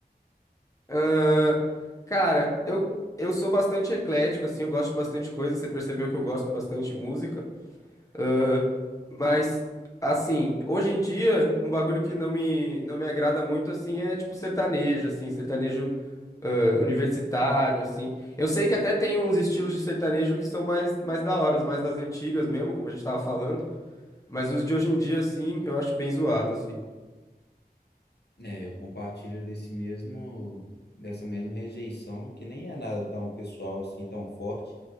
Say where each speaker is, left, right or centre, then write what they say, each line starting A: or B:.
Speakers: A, on the left (about 20°); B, on the left (about 85°).
A: Ahn, cara, eu, eu sou bastante eclético, assim, eu gosto de bastante coisa. Você percebeu que eu gosto bastante de música. Ahn, mas, assim, hoje em dia, um bagulho que não me, não me agrada muito, assim, é tipo sertanejo, assim, sertanejo ah, universitário, assim. Eu sei que até tem uns estilos de sertanejo que são mais, mais da hora, os mais das antigas mesmo, como a gente tava falando, mas os de hoje em dia, assim, eu acho bem zoado, assim.
B: É, eu compartilho desse mesmo, dessa mesma rejeição, que nem é nada tão pessoal assim, tão forte.